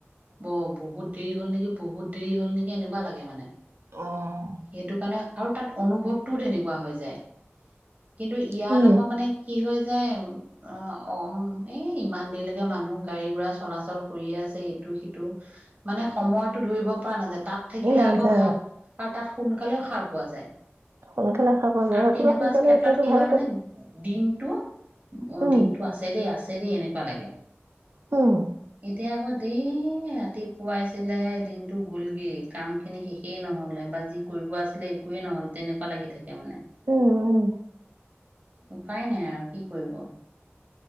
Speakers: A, on the right; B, on the right.
A: ব বহুত দেৰি হ'ল নেকি বহুত দেৰি হল নেকি এনেকুৱা লাগে মানে।
B: অ
A: সেইটো কাৰণে আৰু তাত অনুভৱটোও তেনেকুৱা হৈ যায়! কিন্তু ইয়াত
B: উম।
A: আকৌ মানে কি হয় দিম অ' অ' এ ইমান দেইলৈকে মানুহ গাড়ী ঘোঁৰা চলাচল কৰিয়ে আছে ইটো সিটো মানে সময়তটো ধৰিব পৰা নাযায় তাত থাকিলে
B: এই নাযায়
A: আকৌ ভাল তাত সোনকালেও হাৰ পোৱা যায়
B: সোনকালে খাব যায়
A: আৰু
B: ৰাতিপুৱা
A: তেনেকুৱা
B: সোনকালে
A: ক্ষেত্ৰত
B: উঠাটো
A: কি
B: ভাল
A: হয় মানে
B: কথা
A: দিনতটো অ
B: উম।
A: দিনটো আছে দেই আছে দেদে এনেকুৱা লাগে
B: উম,
A: এতিয়া আকৌ দেই ৰাতিপুৱাইছিলেহে দিনতটো গ'লগে কাম খিনি শেষেই নহ'লে বা যি কৰিব আছিলে একোৱে নহ'ল তেনেকুৱা লাগি থাকে মানে
B: উম উম
A: উপায় নাই আৰু কি কৰিব